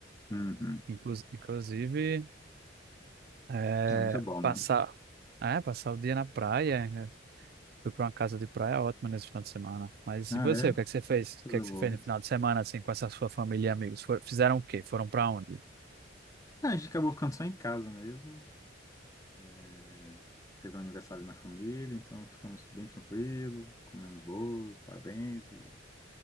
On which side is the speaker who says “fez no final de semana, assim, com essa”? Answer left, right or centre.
Right